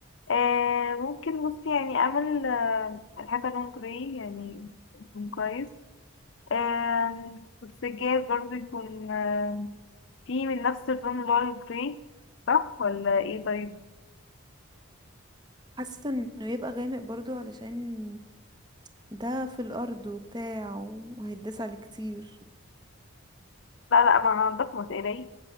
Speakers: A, on the left; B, on the right.
A: آه ممكن بصي يعني اعمل آه الحيطة لون جراي يعني يكون كويس آه والسجاد برضه يكون آه فيه من نفس اللون اللي هو الجراي صح ولا ايه طيب
B: حاسه انه يبقى غامق برضو علشان ده في الارض وبتاع وهيتداس عليه كتير
A: لا لا ما هنضف ما تقلقيش